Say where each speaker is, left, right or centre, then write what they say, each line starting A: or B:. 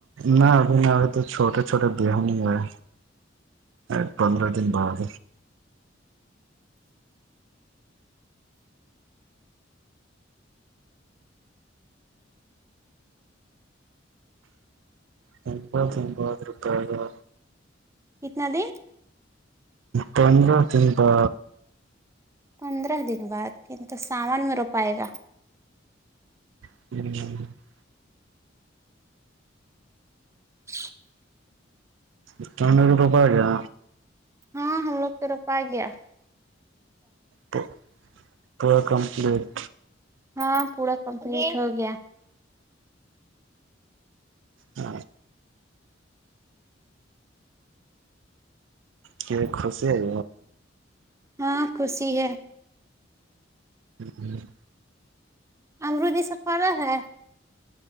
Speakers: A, on the right; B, on the right.
A: نہ ابھی ن ابھی تو چھوٹے چھوٹے بہن ہوئے ایک پندرہ دن بعد تن بہت تن بہترتا گا
B: کتنا دیر
A: تنا تنپا
B: پندرہ دن بعد پھر تو سامان میں رو پائے گا
A: ہی
B: <inaudible>
A: ات روپ گا
B: ہاں ہم لوگ تو روپا گیا
A: تو تو کمپلیٹ
B: ہاں پورا کمپلیٹ ہو گیا
A: ہ کہ خوشی ہےئی
B: ہاں خوشی ہے
A: ہ ہ
B: امروودی سفارا ہے